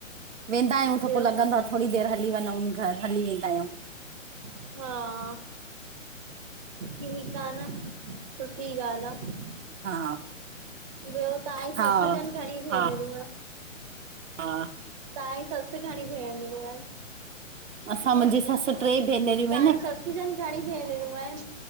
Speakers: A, on the right; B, on the right.
A: वेंदा आहियूं त
B: ॿियो
A: पो लॻंदो आ थोरी देरि हली वञूंन घर, हली वेंदा आहियूं।
B: हा ठीक आ न, सुठी ॻाल्हि आ।
A: हा
B: ॿियो तव्हांजी
A: हा
B: ससुजनि घणी भे्नरु
A: हा हा
B: तव्हांजी सस घणियूं भेनरू आहिन?
A: असां मुंहिंजी ससु टे भेनरियूं
B: तव्हांजी
A: आहिनि।
B: सस जन घणी भेनरूं आहिनि?